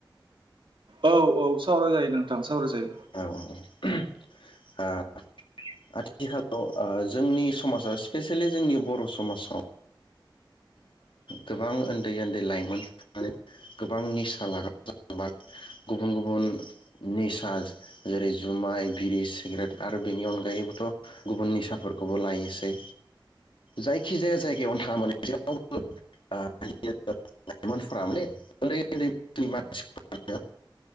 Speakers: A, on the right; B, on the left.
A: औ औ सावराय जायो नोंथां सावराय जायो।
B: औ औ आ आथिखालाव आ जोंनि समाजाव स्पेसियेलि जोंनि बर' समाजाव गोबां ओन्दै ओन्दै लाइमोन गोबां निसा लाग्रा जालांबाय गुबुन गुबुन निसा जेरै जुमाइ बिरि सिगारेट आरो बेनि अनगायै बोथ' गुबुन निसाफोरखौबो लायसै जायखि जाया जायगायावनो थाङा मानोे जेरावबो <unintelligible> लाइमोनफोरा माने उन्दै उन्दै मानसि